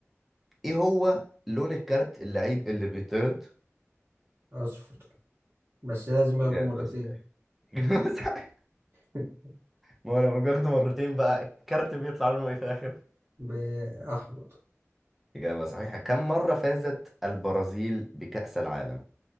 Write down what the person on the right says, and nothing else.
أصفر بس لازم ياخدوا
مرتين
<laughs>
بأحمر